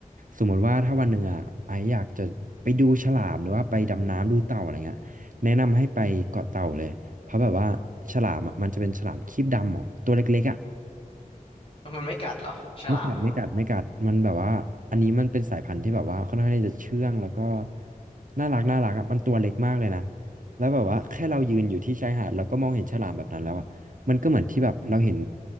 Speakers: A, on the right (about 65°); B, on the left (about 40°).
A: สมมติว่าถ้าวันหนึ่งอ่ะไออยากจะไปดูฉลามหรือว่าไปดำน้ำดูเต่าอะไรเงี้ย แนะนำให้ไปเกาะเต่าเลยเพราะแบบว่าฉลามอ่ะมันจะเป็นฉลามครีบดำหรอตัวเล็กๆอ่ะ
B: มันไม่กัดเหรอฉลาม
A: ไม่กัดไม่กัดไม่กัดมันแบบว่าอันนี้มันเป็นสายพันธุ์ที่แบบว่าค่อนข้างที่จะเชื่องแล้วก็น่ารักน่ารักอะมันตัวเล็กมากเลยนะแล้วแบบว่าแค่เรายืนอยู่ที่ชายหาดแล้วก็มองเห็นฉลามแบบนั้นแล้วอ่ะมันก็เหมือนที่แบบเราเห็น